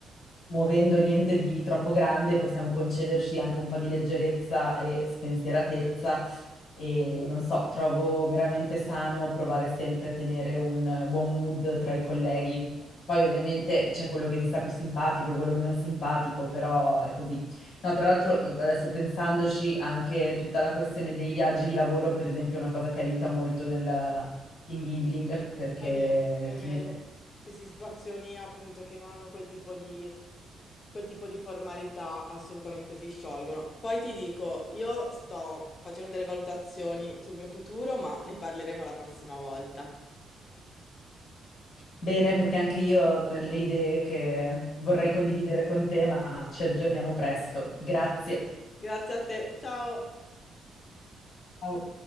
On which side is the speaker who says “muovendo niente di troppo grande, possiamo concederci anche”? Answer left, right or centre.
Left